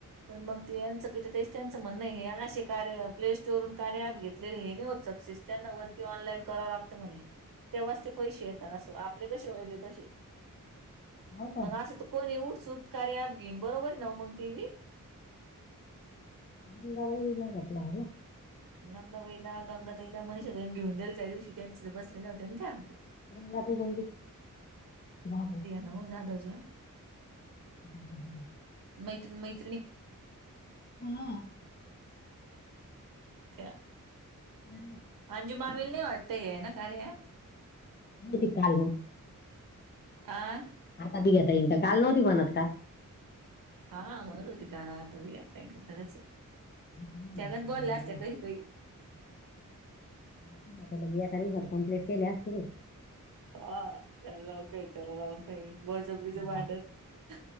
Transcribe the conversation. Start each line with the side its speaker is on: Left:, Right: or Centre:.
Right: पण मग यांचं किती ते स त्यांचं म्हणण हे असे कार्य प्ले स्टोर वरून कार्य अँप घेतलेले हे नाही होत सक्सेस त्यांना वर ते ऑनलाईन करावं लागतं म्हणे तेव्हाच ते पैसे य असो आपले कसे वयले तसे,
Left: हो का
Right: मग असं त कोणी उठ सुट कार्या अॅप घेईन बरोबर न मग ते भी
Left: मंगाबाई न घेतला आहे ना?
Right: नंदाबाईला, गंगाताईला, मनीषा ताई घेऊन दिले त्या दिवशी त्यांचे बसलेल्या होते त्या
Left: गंगाताई बोलली घ्या बाई
Right: नव जाधवच्या
Left: करणार?
Right: मैत्रीण -मैत्रिणी
Left: हा
Right: त्या
Left: नाही
Right: अंजु मामील नाही वाटतय हे ना कार्य ऍप
Left: ती कालव
Right: आ
Left: आता बी घेता इन, काल नव्हती म्हनत का?
Right: हा म्हणत होती गाणार आतायातायक खरच आहे
Left: नाही
Right: त्यागण
Left: म्हणे
Right: बोलल्या
Left: आयडिया
Right: असलं
Left: नाही म्हणे.
Right: कही काही
Left: 'एका दिवसात कंप्लीट केली असतं मी
Right: हा त्याला लाव कायं आहे, त्याला लावकय आहे बळजबरीचा भांड्यात.
Left: हा,